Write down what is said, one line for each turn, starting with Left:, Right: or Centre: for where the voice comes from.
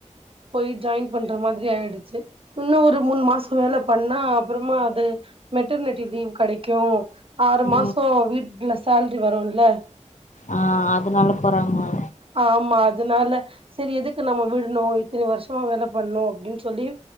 Right: போயி ஜாயின் பண்ற மாதிரி ஆயிடுச்சு இன்னு ஒரு மூணு மாசோ வேல பண்ணா அப்பறமா அது மெட்டர்னிட்டி லீவ் கெடைக்கு ஆறு
Left: ஆ
Right: மாசோ வீட்ல சேல்ரி வருல்ல
Left: ஆ அதனால போறாங்களா
Right: ஆமா அதனால செரி எதுக்கு நம்ம விட்ணு இத்தினி வருஷமா வேல பண்ணு அப்டின் சொல்லி